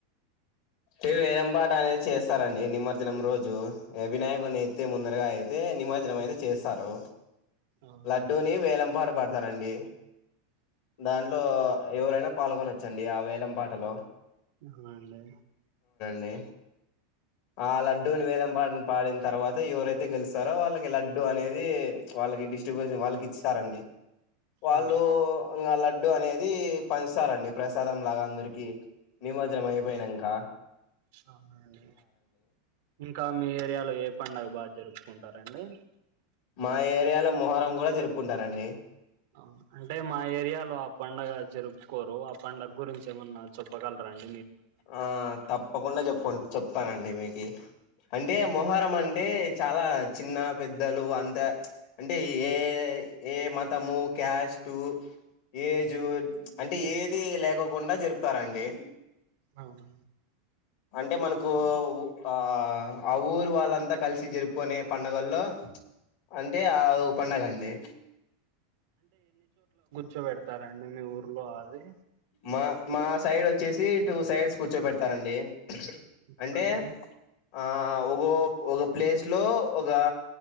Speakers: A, on the left; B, on the right.
A: అ వేలం పాట అనేది చేస్తారండి నిమజ్జనం రోజు వినాయకుని
B: ఆ
A: ఎట్టి ముందరగా అయి అయితే నిమజనం అయితే చేస్తారు
B: అవునండి
A: లడ్డూని వేలంపాట పడతారండి దాం ఇట్లో ఎవరైనా పాల్గొనోచ్చండి ఆ వేలం పాటలో
B: హ్ వాండి
A: లే, ఆ లడ్డూని వేలం పాట్న్ పాడిన్ తర్వాత, ఎవరైతే గెలుస్సరో, వాళ్ళకి లడ్డు అనేది వాళ్ళకి డిస్ట్రిబ్యూషన్ వాళ్ళకిస్తారండి. వాళ్ళు
B: ఆ
A: ఇంగ లాడ్ డ్డు అనేది పంచుతారండి ప్రసాదం లాగా అందరికి నిమర్జనం అయిపోయినంక్
B: ఆ, అవునండి ఇంకాం మీ ఏరియాలో ఏ పండగ బాగ్ జరుపుకుంటారండి
A: మా ఏరియాలో మొహరం గూడా జరుపుకుంటారండి
B: ఆ అంటే మా ఏరియాలో ఆ పడుగ జరుపుకోరు ఆ పండుగ గురించి ఏమన్నా చెప్పగలరాండ్
A: ఆ తప్పకుండా చెప్పున్ చెప్తానండి మీక్ కి అంటే మొహరం అంటే చాలా చిన్న పెద్దలు అంతా ప్చ్. అంటే ఏ ఏ మతము క్యాస్ట్ ఏజు ప్చ్ అంటే ఏది లేకోకుండా జరుపుతారండి
B: అవునా
A: అంటే మనకు ఉ ఆ ఆ ఊరు వాళ్ళంతా కలిసి జరుపుకునే పండుగల్లో అంటే ఆ పండగండ్ ఏ
B: చోబెడ్త్ టారండి మీ ఊర్లో అది
A: మా మా సైడ్ వచ్చేసి టూ సైడ్స్ కూర్చోపెడతారండి
B: అవునండి
A: అంటే ఆ ఒగో ఒగ ప్లేస్ లో ఒగ